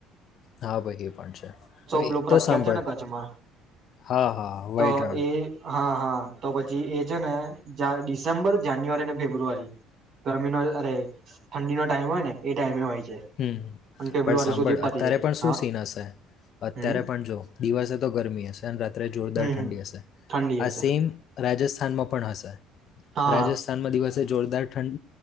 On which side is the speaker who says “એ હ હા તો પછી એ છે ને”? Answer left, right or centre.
Right